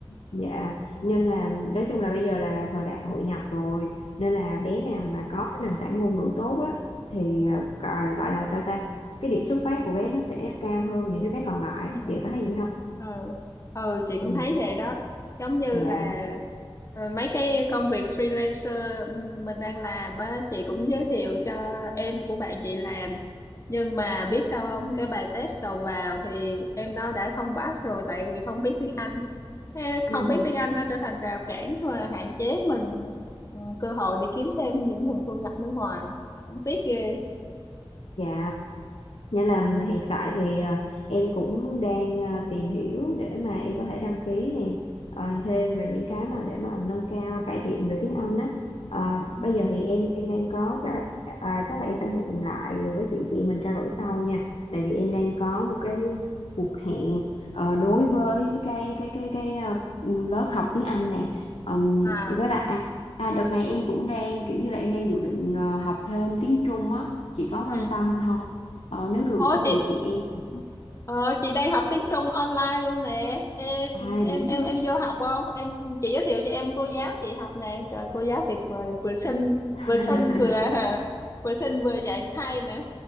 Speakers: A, on the left (about 85°); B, on the left (about 35°).
A: dạ nên là nói chung là bây giờ là thời đại hội nhập rồi nên là bé nào mà có cái nền tảng ngôn ngữ tốt á thì ờ, gọi gọi là sao ta cái điểm xuất phát
B: ừ.
A: của bé nó sẽ cao hơn những cái bé còn lại
B: ừ
A: chị có thấy gì không
B: ờ, ừ chị cũng
A: ừ,
B: thấy vậy đó giống như
A: dạ
B: là ờ, mấy cái công việc freelancer mình đang làm á chị cũng giới thiệu cho em của bạn chị làm nhưng mà biết sao không cái bài test đầu vào thì em nó đã không pass rồi tại vì không biết tiếng Anh Thế không
A: ừ,
B: biết
A: ừ,
B: tiếng Anh nó trở thành rào cản và hạn chế mình ừ, cơ hội để kiếm thêm những nguồn thu nhập nước ngoài cũng tiếc ghê
A: dạ Nghĩa là hiện tại thì ờ, em cũng đang ờ, tìm hiểu để mà em có thể đăng ký nè ờ, thêm về những cái mà để mà nâng cao cải thiện về tiếng Anh á Ờ,
B: Ừ.
A: bây giờ thì em em đang có chắc là à, chắc là em phải hẹn lại với chị chị mình trao đổi sau nha tại vì em đang có một cái cuộc hẹn ờ, đối với cái cái cái cái ờ, lớp học tiếng Anh này. Ừm,
B: à
A: với lại à, à, đợt này em cũng đang kiểu như là em đang dự định ờ, học thêm tiếng Trung á chị có
B: ừ.
A: quan tâm không Ờ, nếu được
B: Ủa
A: á thì
B: chị
A: chị em
B: Ờ, chị đang học tiếng Trung online luôn nè em
A: à
B: em
A: vậy
B: em
A: hả
B: em vô học không em chị giới thiệu cho em cô giáo chị học nè trời cô giáo tuyệt vời vừa xinh
A: À.
B: vừa
A: <laughs>
B: xinh vừa <laughs> vừa xinh vừa dạy hay nữa